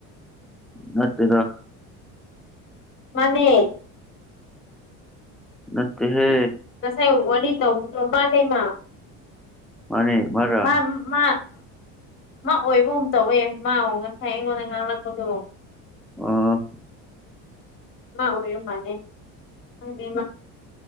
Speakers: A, in the centre; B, on the left.
A: ꯅꯠꯇꯦꯗ
B: ꯃꯅꯦ
A: ꯃꯠꯇꯦ ꯍꯦ
B: ꯉꯁꯥꯏ ꯋꯥꯔꯤ ꯋꯥꯔꯤ ꯇꯧꯗꯣ ꯃꯥꯅꯦ ꯃꯥ
A: ꯃꯥꯅꯦ ꯃꯔꯔ
B: ꯃꯥ ꯃꯥ ꯃꯥ ꯑꯣꯏꯕꯒꯨꯝ ꯇꯧꯋꯦ ꯃꯥ ꯉꯁꯥꯏ ꯑꯩꯉꯣꯟꯗ ꯉꯥꯡꯂꯛꯄꯗꯣ
A: ꯑꯥ
B: ꯃꯥ ꯑꯣꯏ ꯌ ꯃꯥꯅꯦ ꯍꯪꯦ